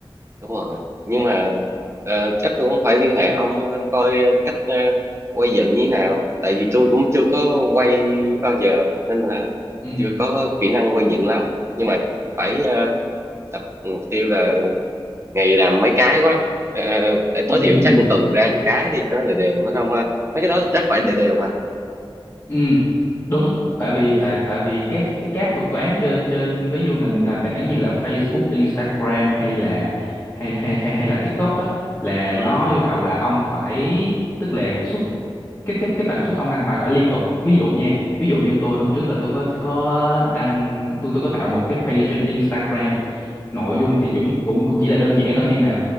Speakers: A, on the right (about 30°); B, on the left (about 30°).
A: đúng rồi. Nhưng mà ờ, chắc tôi cũng phải liên hệ ông ờ, coi cách ờ, quay dựng như thế nào. Tại vì tôi cũng chưa có quay bao giờ nên là
B: ừ
A: chưa có kỹ năng quay dựng lắm. Nhưng mà phải ờ, tập mục tiêu là ngày làm mấy cái quá. Ờ, ờ,
B: ừ
A: tối
B: <laughs>
A: thiểu chắc một tuần ra một cái đi cho nó đều đều phải không ha? Mấy cái đó chắc phải đều đều hả?
B: Ừ, đúng. Tại vì tại tại vì các cái các thuật toán trên trên ví dụ nền nền tảng như là Facebook, Instagram hay là hay hay hay hay là TikTok á là
A: Ừ.
B: nó yêu cầu là ông phải tức là xuất cái cái cái tần suất ông đăng bài phải liên tục ví dụ nha ví dụ như tôi hôm trước là tôi có có đăng tôi tôi có tạo một cái page trên Instagram nội
A: Ờ,
B: dung thì cũng cũng cũng chỉ là đơn giản thôi nhưng mà